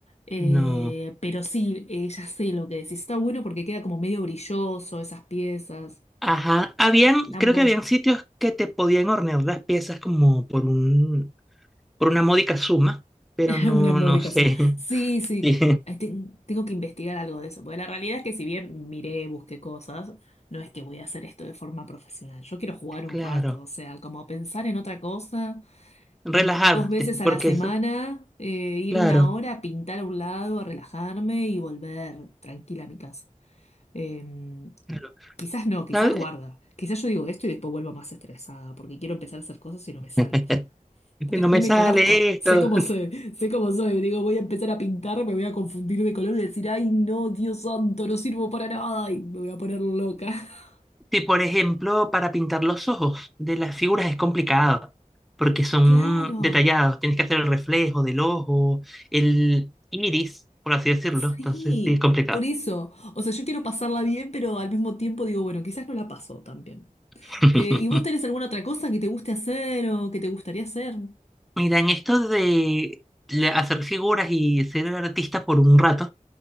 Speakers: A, on the left; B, in the centre.
A: Eh,
B: No.
A: pero sí, eh, ya sé lo que decís. Está bueno porque queda como medio brilloso esas piezas.
B: Ajá. Habían,
A: Tan
B: creo
A: bueno.
B: que habían sitios que te podían hornear las piezas como por un, por una módica suma, pero
A: <laughs>
B: no,
A: Una módica
B: no sé.
A: suma. Sí,
B: <laughs>
A: sí.
B: Sí,
A: Ay, ten- Tengo que investigar algo de eso, porque la realidad es que si bien miré, busqué cosas, no es que voy a hacer esto de forma profesional. Yo quiero jugar un
B: claro.
A: rato, o sea, como pensar en otra cosa,
B: Relajarte,
A: mm, dos veces a
B: porque
A: la semana,
B: eso,
A: eh, ir
B: claro.
A: una hora a pintar a un lado, a relajarme y volver tranquila a mi casa. Eh,
B: claro.
A: quizás no, quizás
B: ¿Sabes?
A: guarda. Quizás yo digo esto y después vuelvo más estresada, porque quiero empezar a hacer cosas y no me salen.
B: <laughs>
A: Porque
B: Que no
A: también
B: me sale
A: me conozco,
B: esto.
A: sé cómo soy, sé cómo soy. Digo, voy a empezar a pintar, me voy a confundir de color y decir, ay, no, Dios santo, no sirvo para nada y me voy a poner loca. <laughs>
B: Sí, por ejemplo, para pintar los ojos de las figuras es complicado, porque son
A: Claro,
B: detallados, tienes que hacer el reflejo del ojo, el iris, por así decirlo,
A: sí,
B: entonces sí es complicado.
A: p- por eso. O sea, yo quiero pasarla bien, pero al mismo tiempo digo, bueno, quizás no la paso tan bien.
B: <laughs>
A: Eh, ¿y vos tenés alguna otra cosa que te guste hacer o que te gustaría hacer?
B: Mira, en esto de la- hacer figuras y ser artista por un rato,